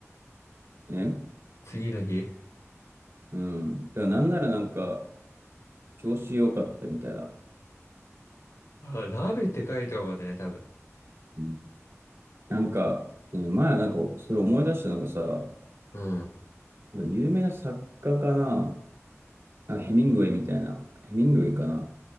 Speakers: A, on the right; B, on the left.
A: え
B: 次の日
A: うん。だからなんならなんか、調子良かったみたいな。
B: あ、ラーメンって書いてかもんね、多分。
A: うんなんか、ね、前なんか、それ思い出したのがさ、
B: うん。
A: なんか有名な作家かな、なんかヘミングウェイみたいな、ヘミングウェイかな。